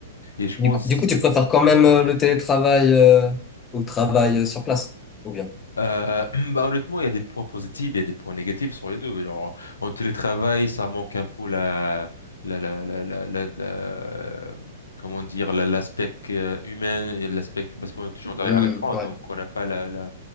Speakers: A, on the left (about 90°); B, on the left (about 20°).
A: Et je pense
B: Du coup, du coup, tu préfères quand même euh, le télétravail euh, au travail euh, sur place, ou bien?
A: euh, <clears throat> bah honnêtement il y a des points positifs, il y a des points négatifs sur les deux. Genre en télétravail ça manque un peu la la la la la, la, la- comment dire la- l'aspect euh, humain et l'aspect parce qu'on est toujours derrière
B: Hmm,
A: l'écran
B: ouais.
A: donc on n'a pas la la